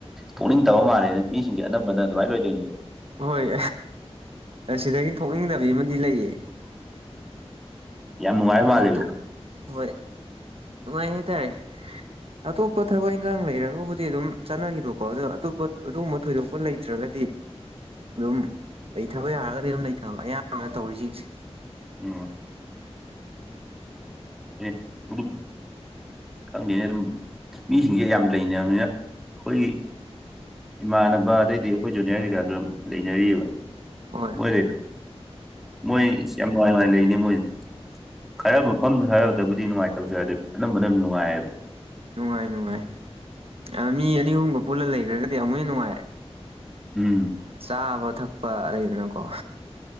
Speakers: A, in the centre; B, on the right (about 60°).
A: ꯊꯣꯛꯅꯤꯡꯇꯕ ꯃꯥꯜꯂꯦꯅꯦ ꯃꯤꯁꯤꯡꯁꯦ ꯑꯅꯝꯕꯅ ꯑꯗꯨꯃꯥꯏꯅ ꯂꯣꯏ ꯂꯩꯅꯩꯌꯦꯕ
B: ꯍꯣꯏ ꯑꯁꯤꯗꯒꯤ ꯊꯣꯛꯅꯤꯡꯗꯕꯤ ꯑꯃꯗꯤ ꯂꯩꯌꯦ
A: ꯌꯥꯝ ꯅꯨꯡꯉꯥꯏꯕ
B: ꯍꯣꯏ
A: ꯃꯥꯜꯂꯦꯕ
B: ꯑꯗꯣ ꯍꯣꯏ ꯅꯨꯡꯉꯥꯏ ꯍꯥꯏ ꯇꯥꯔꯦ ꯑꯇꯣꯞꯄ ꯊꯕꯛ ꯏꯪꯒꯥꯡ ꯂꯩꯔꯒꯕꯨꯗꯤ ꯑꯗꯨꯝ ꯆꯠꯅꯒꯤꯕꯀꯣ ꯑꯗꯣ ꯑꯇꯣꯞꯄ ꯑꯥꯥꯥꯗꯨꯒꯨꯝꯕ ꯊꯣꯏꯗꯣꯛꯄ ꯂꯩꯇ꯭ꯔꯒ ꯗꯤ ꯑꯗꯨꯝ ꯂꯩꯊꯕ ꯌꯥꯔꯒꯗꯤ ꯑꯗꯨꯝ ꯂꯩꯊꯕ ꯑꯌꯥꯝꯕꯅ ꯇꯧꯔꯤꯁꯤꯡꯁꯦ
A: ꯎꯝ꯫ <unintelligible> ꯈꯪꯗꯦꯅꯦ ꯑꯗꯨꯝ ꯃꯤꯖꯤꯡꯖꯦ ꯌꯥꯝ ꯂꯩꯅꯕꯅꯤꯅ ꯑꯩꯈꯣꯏꯒꯤ ꯏꯃꯥꯟꯅꯕ ꯑꯗꯩꯗꯤ ꯑꯩꯈꯣꯏ ꯖꯨꯅꯤꯌꯔ ꯀꯩꯀꯥꯁꯨ ꯑꯗꯨꯝ ꯂꯩꯅꯔꯤꯑ
B: ꯍꯣꯏ
A: ꯃꯣꯏ ꯂꯩ ꯃꯣꯏ ꯌꯥꯝ ꯅꯨꯡꯉꯥꯏ ꯅꯨꯡꯉꯥꯏ ꯂꯩꯔꯤꯅꯦ ꯃꯣꯏꯗ꯫ ꯈꯔ ꯃꯐꯝꯗ ꯍꯥꯏꯔꯗꯕꯨꯗꯤ ꯅꯨꯡꯉꯥꯏꯇꯕꯖꯨ ꯌꯥꯏ ꯑꯗꯩ ꯑꯅꯝꯕꯅꯝ ꯅꯨꯡꯉꯥꯏꯌꯦꯕ
B: ꯅꯨꯡꯉꯥꯏ ꯅꯨꯡꯉꯥꯏ ꯑꯥ ꯃꯤ ꯑꯅꯤ ꯑꯍꯨꯝꯒ ꯄꯨꯜꯂ ꯂꯩꯒ꯭ꯔꯥꯒꯗꯤ ꯑꯃꯨꯛ ꯍꯦꯟꯅ ꯅꯨꯡꯉꯥꯏꯔꯦ
A: ꯎꯝ꯫
B: ꯆꯥꯕ ꯊꯛꯄ ꯂꯩꯗꯅꯀꯣ